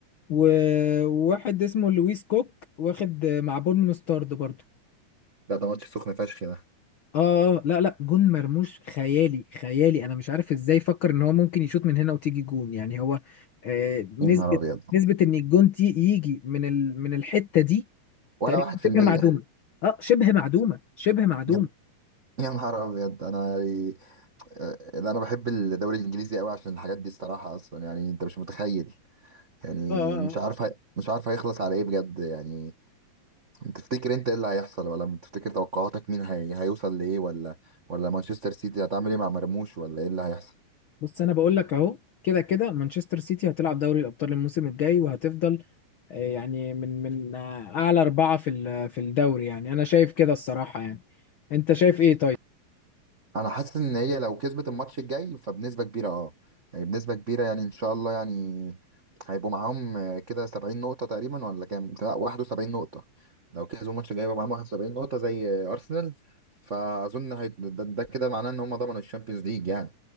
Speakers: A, on the left; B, on the right.
A: و- وواحد اسمه لويس كوك واخد آه، مع بورنموث طرد برضه
B: لا ده ماتش سخن فشخ ده
A: اه آه، لا لا جون مرموش خيالي خيالي انا مش عارف ازاي فكر ان هو ممكن يشوط من هنا وتيجي جون يعني هو آه نسبة
B: يا نهار ابيض
A: نسبة ان الجون تي يجي من ال من الحتة دي
B: ولا
A: تقريبا
B: واحد في
A: شبه
B: المية
A: معدومة اه شبه معدومة شبه معدومة
B: يا يا نهار ابيض انا يعني آه، انا بحب الدوري الانجليزي قوي عشان الحاجات دي الصراحه اصلا يعني انت مش متخيل يعني
A: اه اه
B: مش
A: اه
B: عارف هي- مش عارف هيخلص على ايه بجد يعني انت تفتكر انت ايه اللي هيحصل ولا تفتكر توقعاتك مين هي... هيوصل لايه ولا ولا مانشستر سيتي هتعمل ايه مع مرموش ولا ايه اللي هيحصل
A: بص انا بقول لك اهو كده كده مانشستر سيتي هتلعب دوري الابطال الموسم الجاي وهتفضل آه، يعني من من اعلى اربعه في ال- في الدوري يعني انا شايف كده الصراحه يعني انت شايف ايه طيب
B: انا حاسس ان هي لو كسبت الماتش الجاي فبنسبه كبيره اه يعني بنسبه كبيره يعني ان شاء الله يعني هيبقوا معاهم آه، كده 70 نقطه تقريبا ولا كام لا 71 نقطه لو كسبوا الماتش الجاي يبقى معاهم 71 نقطه زي آه، ارسنال فاظن هي ده, ده كده معناه ان هم ضمنوا الشامبيونز ليج يعني